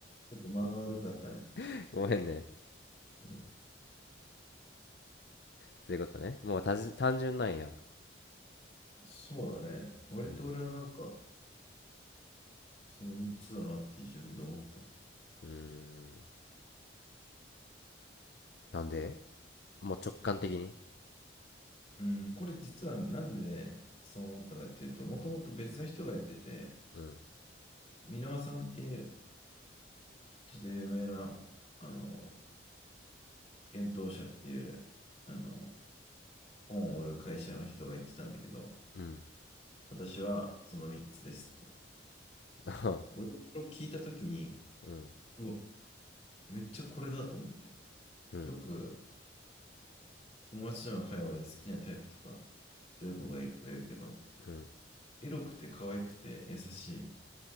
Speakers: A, on the left; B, on the left.
A: ょっと間が悪かったね。
B: <laughs> ごめんね
A: うん。
B: そういうことねもうたじ単純なんや
A: そうだね。割と俺はなんか、
B: うん
A: その3つだなって自分で思った。
B: うーんなんでもう直感的に
A: うん、これ実はなんでそう思ったかっていうと、もともと別の人が言ってて、
B: うん
A: 箕輪さんっていうちょっと有名な、あの、幻冬舎っていう、あの、本を売る会社の人が言ってたんだけど、
B: うん
A: 私はその3つですって。
B: <laughs>
A: どれを聞いたときに、
B: うん
A: うわ、めっちゃこれだと思って。
B: うん
A: よく友達との会話で好きなタイプとか、どういう子がいいとか言うけど、
B: うん
A: エロくて可愛くて優しい。い